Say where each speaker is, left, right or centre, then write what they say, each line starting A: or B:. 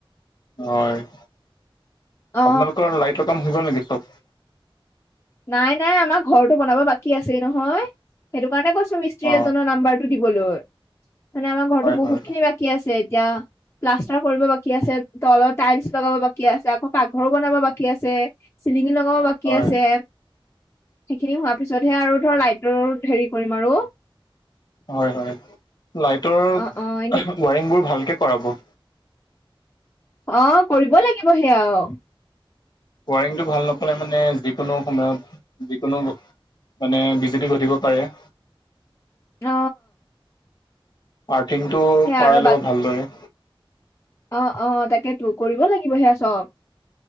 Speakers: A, on the left (about 50°); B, on the left (about 30°).
A: হয় আপোনালোকৰ
B: অ
A: লাইটৰ কাম হৈ গ'ল নেকি চব?
B: নাই নাই আমাৰ ঘৰটো বনাব বাকী আছেই নহয়। সেইটো কাৰণে কৈছো মিস্ত্ৰী
A: অ
B: এজনৰ নাম্বাৰটো দিবলৈ মানে আমাৰ ঘৰতো
A: হয়
B: বহুত
A: হয়
B: খিনি বাক- কি আছে এতিয়া? প্লাষ্টাৰ কৰিব বাকী আছে, তলত টাইলছ লগাব বাকী আছে, আকৌ পাকঘৰো বনাব বাকী আছে। চিলিঙি লগাব বাকী
A: হয়
B: আছে। সেইখিনি হোৱাৰ পিছতহে আৰু ধৰ লাইটৰ হেৰি কৰিম আৰু।
A: হয় হয় লাইটৰ ৱাৰিংবোৰ
B: অ অ এনে
A: ভালকে কৰাব।
B: অ কৰিব লাগিব সেয়া আও।
A: ৱাৰিংটো ভাল নকলে মানে যিকোনো সময়ত যিকোনো মানে বিজুতি ঘটিব পাৰে।
B: অ।
A: পাৰথিংটো কৰাই
B: আৰু
A: ল'ব
B: বাক
A: ভালদৰে।
B: অ অ তাকেতো কৰিব লাগিব সেয়া চব।